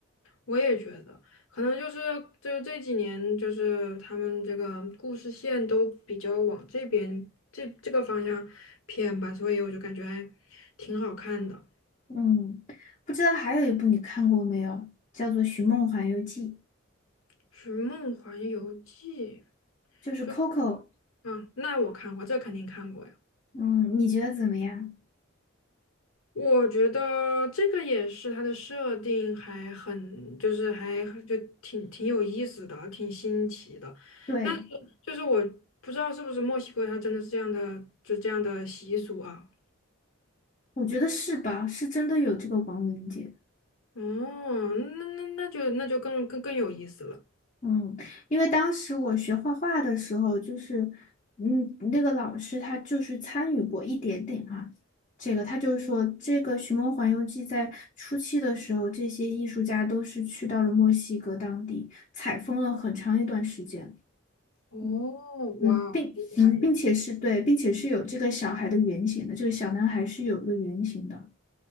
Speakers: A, on the left (about 85°); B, on the left (about 35°).
A: 我也觉得，可能就是就这几年，就是他们这个故事线都比较往这边这这个方向偏吧，所以我就感觉还挺好看的，
B: 嗯，不知道还有一部你看过没有，叫做《寻梦环游记》，
A: 寻梦环游记》
B: 就是
A: 就。
B: Coco。
A: 啊，那我看过，这肯定看过呀。
B: 嗯，你觉得怎么样？
A: 我觉得这个也是它的设定还很，就是还就挺挺有意思的，挺新奇的。
B: 对，
A: 但是就是我不知道是不是墨西哥它真的是这样的，就这样的习俗啊。
B: 我觉得是吧，是真的有这个王灵杰。
A: 哦，那那那就那就更更更有意思了。
B: 嗯，因为当时我学画画的时候，就是，嗯，那个老师他就是参与过一点点哈、这个他就是说，这个《寻梦环游记》在初期的时候，这些艺术家都是去到了墨西哥当地，采风了很长一段时间。
A: 哦，
B: 嗯嗯，
A: 哇，
B: 并嗯，
A: 厉害呀！
B: 并且是对，并且是有这个小孩的原型的，这个小男孩是有一个原型的。